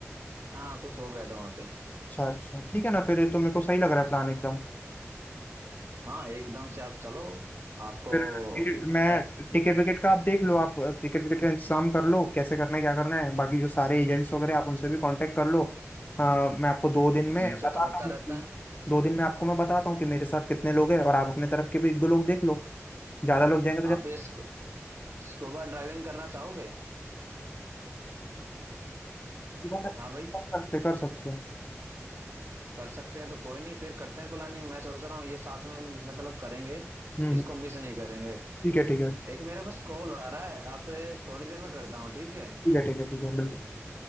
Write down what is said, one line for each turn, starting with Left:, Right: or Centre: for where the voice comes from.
Right: हाँ कुछ हो गया था वहां पे
Left: अच्छा अच्छा ठीक है ना फिर ये तो मेरे को सही लग रहा है प्लान एकदम
Right: हाँ एकदम से आप चलो आपको
Left: फिर फिर मैं
Right: एक-
Left: टिकट विकेट का आप देख लो आप टिकट विकेट का इंतजाम कर लो कैसे करना है क्या करना है बाकी जो सारे एजेंट्स वगैरह आप उनसे भी कांटेक्ट कर लो अ, मैं आपको दो दिन में
Right: उनसे
Left: बताता
Right: तो होता
Left: हूँ
Right: रहता
Left: कि-
Right: है
Left: दो दिन में आपको मैं बताता हूँ कि मेरे साथ कितने लोग हैं और आप अपने तरफ के भी एक दो लोग देख लो ज्यादा लोग जाएंगे
Right: आप
Left: तो
Right: ये स्कू, स्कूबा ड्राइविंग करना चाहोगे
Left: ज्यादा कर
Right: हाँ भाई
Left: सकते कर सकते हैं
Right: कर सकते हैं तो कोई नहीं फिर करते हैं प्लानिंग मैं सोच रहा हूँ ये साथ में मतलब करेंगे
Left: हम्म
Right: इसको मिस नहीं करेंगे
Left: ठीक है ठीक है
Right: एक मेरे पास कॉल आ रहा है आप ए, थोड़ी देर में करता हूँ ठीक है
Left: ठीक है ठीक है ठीक है बिल्कुल